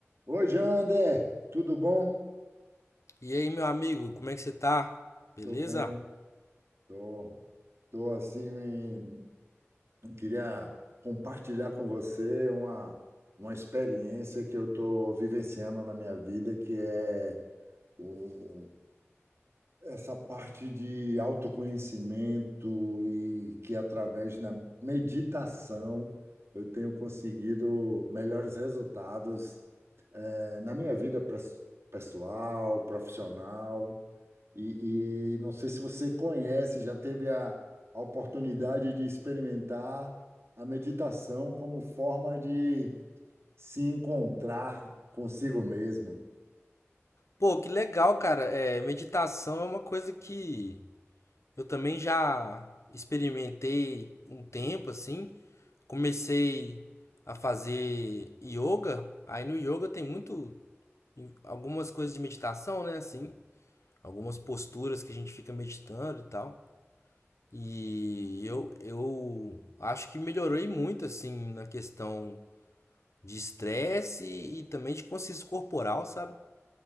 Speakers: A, on the right; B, on the left.
A: Oi, Jander, tudo bom?
B: E aí, meu amigo, como é que você tá? Beleza?
A: Tô bem, tô, tô assim, em- queria compartilhar com você uma, uma experiência que eu tô vivenciando na minha vida, que é o, essa parte de autoconhecimento e que através da meditação eu tenho conseguido melhores resultados, eh, na minha vida pres- pessoal, profissional. E, e não sei se você conhece, já teve a, a oportunidade de experimentar a meditação como forma de se encontrar consigo mesmo.
B: Pô, que legal, cara. É, meditação é uma coisa que eu também já experimentei um tempo, assim. Comecei a fazer yoga. Aí no yoga tem muito algumas coisas de meditação, né? Assim, algumas posturas que a gente fica meditando e tal. E eu, eu acho que melhorei muito, assim, na questão de estresse e também de consciência corporal, sabe?